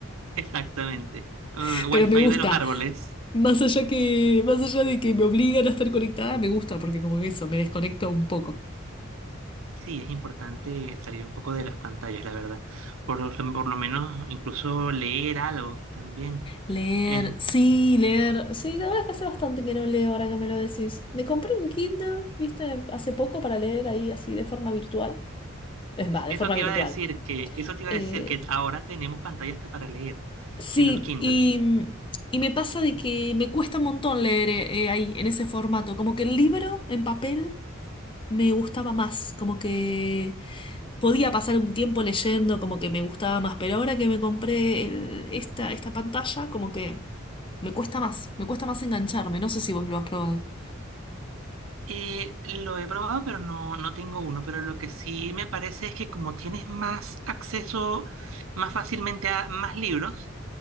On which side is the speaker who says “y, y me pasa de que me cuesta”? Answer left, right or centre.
Left